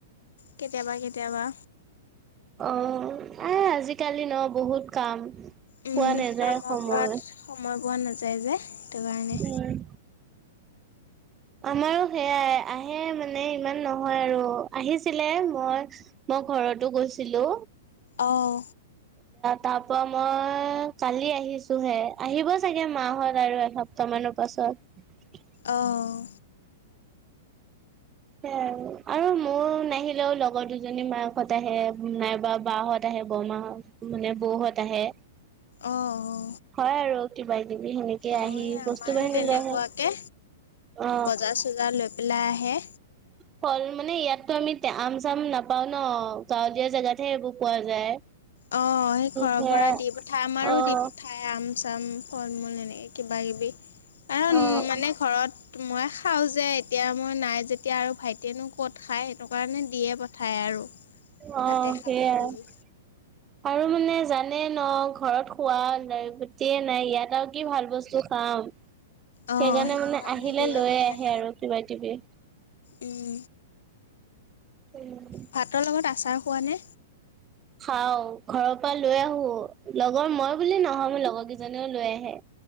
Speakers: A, on the left (about 60°); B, on the right (about 20°).
A: কেতিয়াবা কেতিয়াবা।
B: অ, এ আজিকালি ন বহুত কাম।
A: উম
B: পোৱা নাযায়
A: কামৰ
B: সময়
A: পৰা সময় পোৱা নাযা যাই যে। সেইটো কাৰণে।
B: উম। আমাৰো সেয়াই আহে মানে ইমান নহয় আৰু আহিছিলে মই মই ঘৰতো গৈছিলো।
A: অ'হ
B: তাৰপৰা মই কালি আহিছো হে আহিব। চাগে মাহত আৰু এসপ্তাহ মানৰ পাছত।
A: আহঁ
B: সেয়া আৰু মোৰ নাহিলেও লগৰ দুজনী মাকহঁত আহে নাইবা বাহত আহে বৰমাহত মানে বৌহত আহে।
A: অঁ অ
B: হয় আৰু কিবা কিবি সেনেকে
A: অঁ
B: আহি
A: এই আমাৰো
B: বস্তু বাহিনী
A: তেনেকুৱাকে
B: লৈ আহে অ
A: বজাৰ চজাৰ লৈ পেলাই আহে।
B: ফল মানে ইয়াতো আমি আম চাম নাপাওঁ ন গাঁৱলীয়া জেগাতহে সেইবোৰ পোৱা যায়।
A: অ সেই ঘৰৰ
B: সেয়া
A: পৰা দি পঠাই আমাৰো
B: অ',
A: দি পঠাই আম। চাম ফৰ্মলৈ। কিবা কিবি কাৰণ
B: অ',
A: মানে ঘৰত। মই খাওঁ যে এতিয়া মই নাই যেতিয়া আৰু ভাইটিয়েনো ক'ত খায় সেইটো কাৰণে দিয়ে পঠায় আৰু।
B: অ
A: তাতে খাব
B: সেইয়াই
A: বুলি
B: আৰু মানে জানে ন ঘৰত খোৱা বোৱা গতিয়ে নাই ইয়াত আৰু কি ভাল বস্তু খাম সেইকাৰণে
A: অ সেইটো
B: মানে
A: কাৰণে
B: আহিলে
A: দিয়ে
B: লৈয়ে
A: পঠায়
B: আহে আৰু কিবা -কিবি।
A: উম
B: উম
A: ভাতৰ লগত আচাৰ খোৱা নে?
B: খাওঁ ঘৰৰ পৰা লৈ আহো লগ মই মই বুলি নহয় মোৰ লগৰ কেইজনিও লৈ আহে।